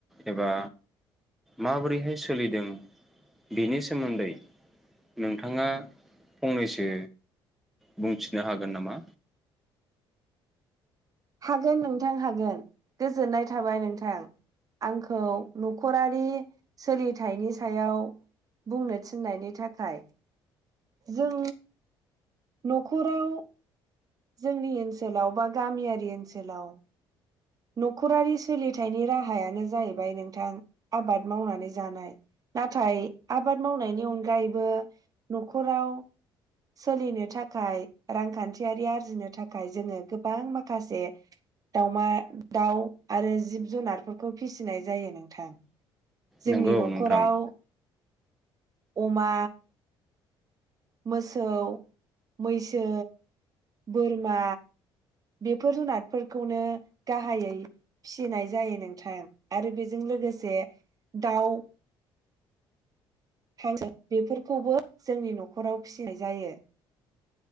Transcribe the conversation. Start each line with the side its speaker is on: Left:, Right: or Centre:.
Centre: एबा माबोरैहाय सोलिदों बेनि सोमोन्दै नोंथाङा फंनैसो बुंथिनो हागोन नामा
Right: हागोन नोंथां हागोन गोजोननाय थाबाय नोंथां। आंखौ न'खरारि सोलिथायनि सायाव बुंनो थिन्नायनि थाखाय जों न'खराव जोंनि ओनसोलाव बा गामियारि ओनसोलाव न'खरारि सोलिथायनि राहायानो जाहैबाय नोंथां आबाद मावनानै जानाय नाथाय आबाद मावनायनि अनगायैबो न'खराव सोलिनो थाखाय रांखान्थियारि आरजिनो थाखाय जोङो गोबां माखासे दाउमा दाउ आरो जिब जुनारफोरखौ फिसिनाय जायो नोंथां। जोंनि
Centre: नंगौ
Right: न'खराव
Centre: नोंथां
Right: अमा, मोसौ, मैसो, बोरमा बेफोर जुनारफोरखौनो गाहायै फिनाय जायो नोंथां आरो बेजों लोगोसे दाउ हांसो बेफोरखौबो जोंनि न'खराव फिनाय जायो।